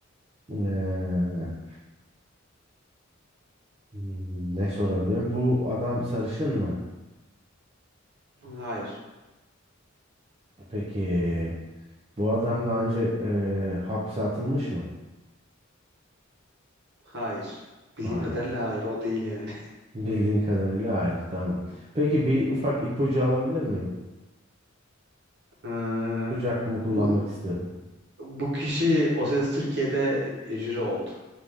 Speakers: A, on the right; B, on the right.
A: Ee, Hmm, Ne sorabilirim? Bu adam sarışın mı?
B: Hayır.
A: Peki. Bu adam daha önce e, hapse atılmış mı?
B: Hayır. Bildiğim
A: Hayır.
B: kadarıyla hayır. O değil yani. <laughs>
A: Bildiğin kadarıyla hayır. Tamam. Peki bir ufak ipucu alabilir miyim?
B: Ee,
A: İpucu hakkımı kullanmak
B: bu
A: istiyorum.
B: bu kişi O Ses Türkiye'de jüri oldu.